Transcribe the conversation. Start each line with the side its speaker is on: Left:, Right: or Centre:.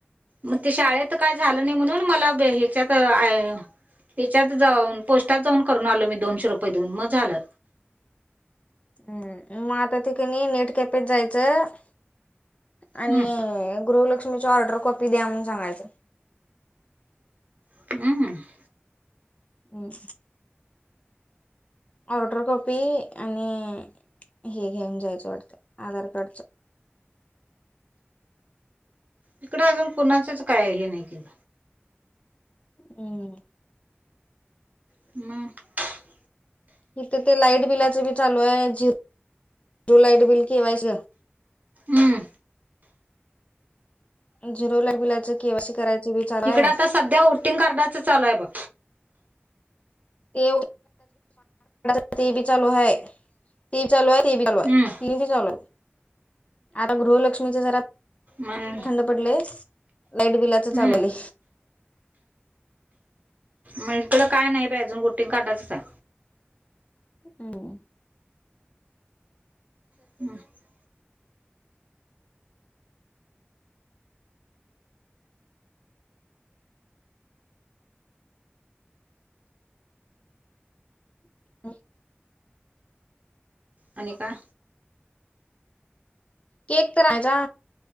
Right: म ते शाळेत काय झालं नाय म्हणून मला ह्याच्यात आय हयाच्यात जाऊन पोस्टात जाऊन करून आलो मी दोनशे रुपये देऊन म झालं.
Left: हम् मग आता ते क नी नेट कॅपेत जायचं आणि
Right: हम्म
Left: गृहलक्ष्मीच्या ऑर्डर कॉपी द्या म्हणून सांगायचं.
Right: <unintelligible>
Left: हम् हम्म ऑर्डर कॉपी आणि हे घेऊन जायचं वाटत आधार कार्डचं
Right: इकडं अजून कुणाचंच काय हे नाय केल
Left: अम्म
Right: <inaudible>
Left: इथं ते लाईट बिलाच बी चालू हाय ज ते लाईट बिल केवायच
Right: नं
Left: झिरो लाईट बिलाचं के वाय सी करायचं. बी चालू आहे
Right: इकड आता सध्या वोटिंग कार्डाचं चालू हाय बघ.
Left: ते <inaudible> ते बी चालू हाय ते चालू हाय हे चालू
Right: हम्म
Left: आहे ती चालू आता गृहलक्ष्मीच्या जरा
Right: मंग
Left: थंड पडलेचं लाईट बिलाच चालवलय.
Right: हम्म मग इकडं काय नाय बाय अजून वोटिंग कार्डाचाच हाय
Left: अम्म
Right: <unintelligible>
Left: <unintelligible>
Right: आणि का
Left: केक तर हाय जा